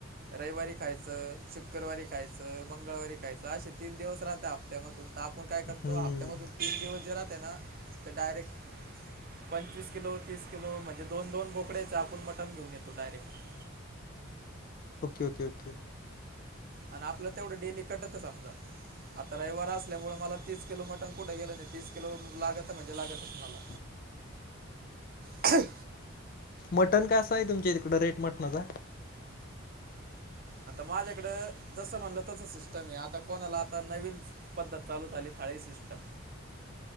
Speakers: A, on the right; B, on the left.
A: रविवारी खायचं शुक्रवारी खायचं मंगळवारी खायचं असे तीन दिवस राहता हप्त्यामधून तर आप आपण काय करतो
B: हम्म
A: हप्त्यामधून तीन दिवस जे राहते ना ते डायरेक्ट पंचवीस किलो तसिल म्हणजे दोन दोन बोकडेच आपण मटण घेन येतो डायरेक्ट
B: ओके ओके ओके
A: आणि आपलं तेवढं डेली कटत समजा आता रविवार असल्यामुळे मला तीस किलो मटण कुठे गेलं नाही तीस किलो लागत म्हणजे लागतच मला
B: ह
A: ह
B: मटण कासं आहे तुमच्या इकडं रेट मटणाचा
A: आता माझ्याकडं जसं म्हणलं तस सिस्टम आहे आता कोणाला आता नवीन पद्धत चालू झाली थाळी सिस्टम